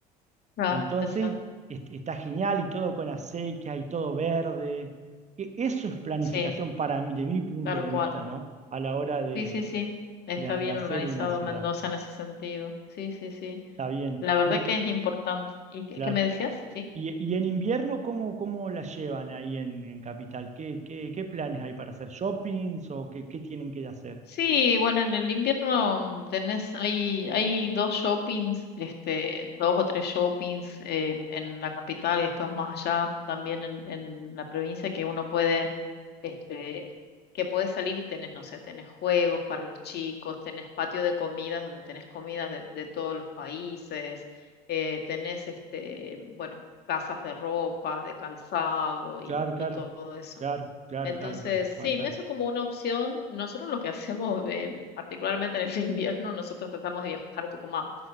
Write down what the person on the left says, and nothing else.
Claro,
exacto.
Sí,
tal
cual.
Sí, sí, sí. Está
bien
organizado
Mendoza en ese sentido. Sí, sí, sí.
La verdad
que es importante. ¿Y qué,
qué me decías? Sí.
Sí, bueno, en el invierno mm, tenés, hay, hay dos shoppings, este, dos o tres shoppings eh, en la capital y después más allá, también en, en la provincia, que uno puede este, que puedes salir y tenés, no sé, tenés juegos para los chicos, tenés patio de comidas donde tenés comidas de, de todos los países, eh, tenés, este, bueno, casas de ropa, de calzado
y, y
todo eso.
Entonces,
sí,
eso es como una opción. Nosotros lo que <laughs> hacemos, eh, particularmente en el invierno, nosotros tratamos de viajar a Tucumán,